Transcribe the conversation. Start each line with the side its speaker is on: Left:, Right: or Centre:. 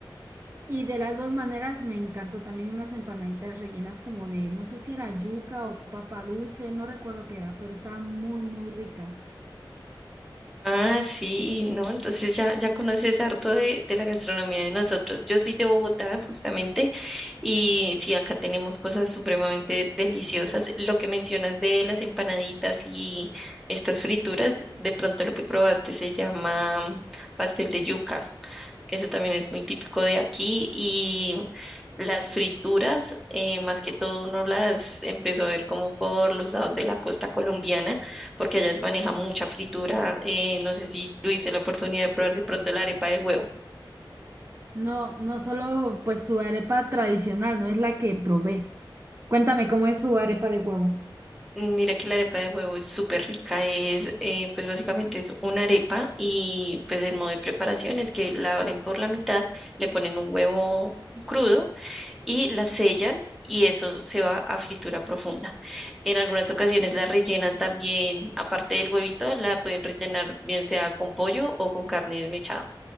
Right: Y de las dos maneras me encantó también unas empanaditas rellenas como de, no sé si era yuca o papa dulce, no recuerdo qué era, pero estaban muy, muy ricas.
Centre: Ah, sí, no, entonces ya, ya conoces harto de, de la gastronomía de nosotros. Yo soy de Bogotá, justamente, y sí, acá tenemos cosas supremamente deliciosas. Lo que mencionas de las empanaditas y estas frituras, de pronto lo que probaste se llama pastel de yuca. Ese también es muy típico de aquí y las frituras, eh, más que todo uno las empezó a ver como por los lados
Right: Ujú.
Centre: de la costa colombiana, porque allá se maneja mucha fritura. eh, no sé si tuviste la oportunidad de probar de pronto la arepa de huevo.
Right: No, no solo pues su arepa tradicional, no es la que probé. Cuéntame cómo es su arepa de huevo.
Centre: Mira que la arepa de huevo es súper rica, es eh, pues básicamente es una arepa y pues el modo de preparación es que la abren por la mitad, le ponen un huevo crudo y la sellan y eso se va a fritura profunda. En algunas ocasiones la rellenan también, aparte del huevito, la pueden rellenar bien sea con pollo o con carne desmechada.